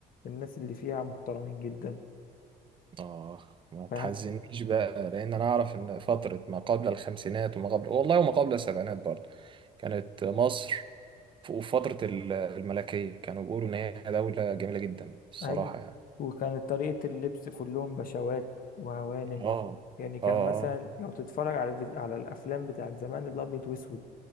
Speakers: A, on the left; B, on the right.
A: الناس اللي فيها محترمين جدا
B: آه ما تحزنيش
A: فاهم
B: بقى لأن أنا أعرف إن فترة ما قبل الخمسينات وما قبل والله وما قبل السبعينات برضه كانت مصر في في فترة ال- الملكية كانوا بيقولوا إن هي دولة جميلة جدا الصراحة
A: أيوة
B: يعني
A: وكانت طريقة اللبس كلهم بشوات وهوانم
B: آه
A: يعني كان
B: آه
A: مثلا لو تتفرج على فيد... على الأفلام بتاعت زمان الأبيض وأسود